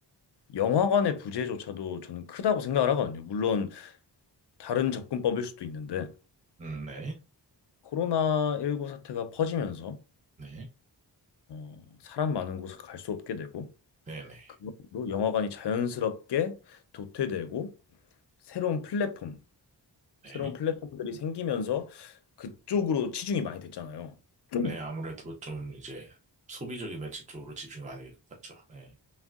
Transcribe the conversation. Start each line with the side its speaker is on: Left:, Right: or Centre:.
Left: 영화관의 부재조차도 저는 크다고 생각을 하거든요. 물론 다른 접근법일 수도 있는데
Right: 음, 네.
Left: 코로나19 사태가 퍼지면서
Right: 네.
Left: 어, 사람 많은 곳을 갈 수 없게 되고
Right: 네네.
Left: 그걸로 영화관이 자연스럽게 도태되고 새로운 플랫폼,
Right: 네.
Left: 새로운 플랫폼들이 생기면서 그쪽으로 치중이 많이 됐잖아요. 음.
Right: 네, 아무래도 좀 이제 소비적인 매체 쪽으로 집중이 많이 갔죠. 네.